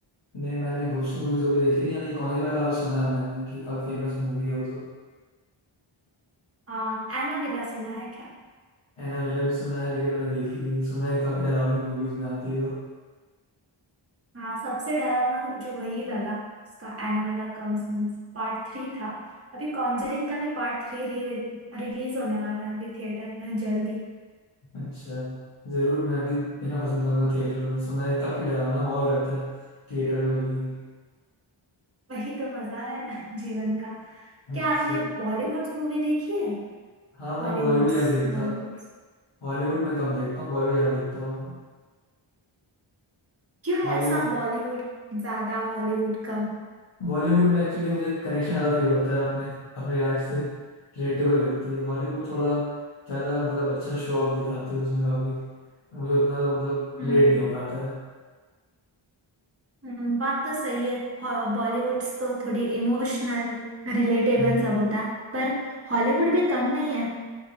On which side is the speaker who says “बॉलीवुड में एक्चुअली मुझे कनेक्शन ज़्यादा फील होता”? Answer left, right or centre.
Left